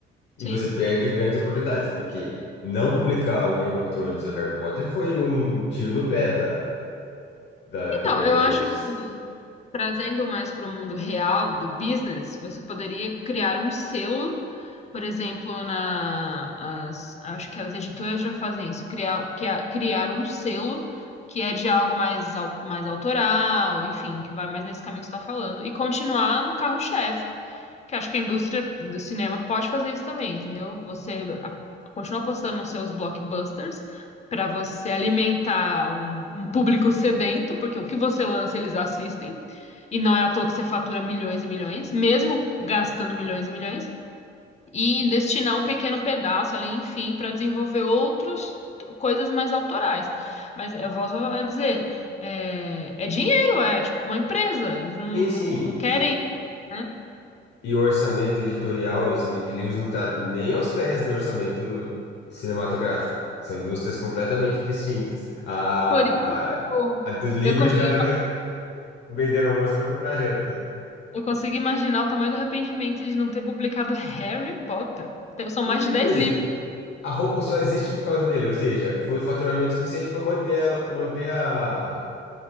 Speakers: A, on the left; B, on the left.
A: sim.
B: E você perde grandes oportunidades, porque não publicar o Game of Thrones e o Harry Potter foi um tiro no pé da, da
A: Então,
B: Companhia
A: eu
B: das
A: acho
B: Letras.
A: trazendo mais para o mundo real do business, você poderia criar um selo, por exemplo, na as, acho que as editoras já fazem isso, criar, que é- criar um selo que é de algo mais, au- mais autoral, enfim, que vai mais nesse caminho que você está falando, e continuar no carro-chefe, que acho que a indústria do cinema pode fazer isso também, entendeu? Você a- continua postando nos seus blockbusters para você alimentar um, um público sedento, porque o que você lança eles assistem. E não é à toa que você fatura milhões e milhões, mesmo gastando milhões e milhões, e destinar um pequeno pedaço ali, enfim, para desenvolver outros coisas mais autorais. Mas eu volto a dizer, é, é dinheiro, é tipo uma empresa, eles não,
B: Sim, sim,
A: não, não querem,
B: e, e-
A: né?
B: e o orçamento editorial, o orçamento de livros não está nem aos pés do orçamento cinematográfico. São indústrias completamente distintas. A,
A: Por isso que
B: a,
A: eu,
B: a do livro
A: eu consegui,
B: já anda vendendo almoço para comprar janta.
A: eu consegui imaginar o tamanho do arrependimento de não ter publicado Harry Potter. São mais
B: Não é nem
A: de dez
B: por isso.
A: livros.
B: A Roku só existe por causa dele, ou seja, foi faturamento suficiente para manter ela, manter a,